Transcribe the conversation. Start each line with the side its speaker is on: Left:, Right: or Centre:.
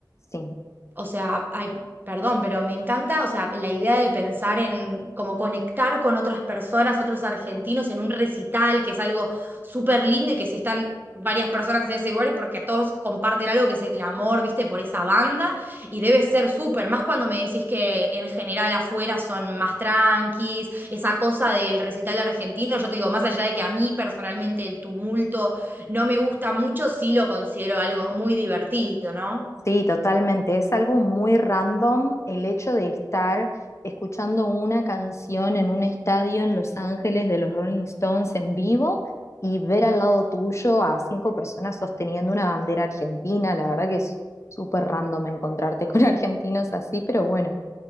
Left: sí,
Right: O sea, ay, perdón, pero me encanta, o sea, la idea de pensar en cómo conectar con otras personas, otros argentinos en un recital, que es algo súper lindo y que si están varias personas en ese lugar es porque todos comparten algo que es el amor, viste, por esa banda, y debe ser súper, más cuando me decís que en general afuera son más tranquis, esa cosa del recital argentino, yo te digo, más allá de que a mí personalmente el tumulto no me gusta mucho, sí lo considero algo muy divertido, ¿no?
Left: sí, totalmente. Es algo muy random el hecho de estar escuchando una canción en un estadio en Los Ángeles de los Rolling Stones en vivo y ver al lado tuyo a cinco personas sosteniendo una bandera argentina. La verdad que es súper random encontrarte con <laughs> argentinos así, pero bueno,